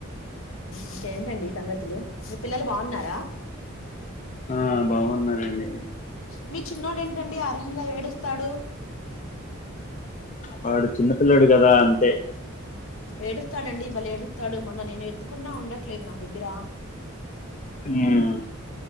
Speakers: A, on the left; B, on the left.
A: ఇంకేంటండి ఈ సంగతులు మీ పిల్లలు బాగున్నారా
B: ఆ బాగున్నారండి
A: మీ చిన్నడు ఏంటండి ఆ అర్హంగా ఏడు తడు
B: వాడు చిన్నపిల్లడు కదా అంతే
A: ఏడుస్తాడుడి బలే ఏడుస్తాడు మొన్న నేను ఎత్తుకున్నా ఉండట్ చెట్లేదు నా దగ్గర
B: ఉమ్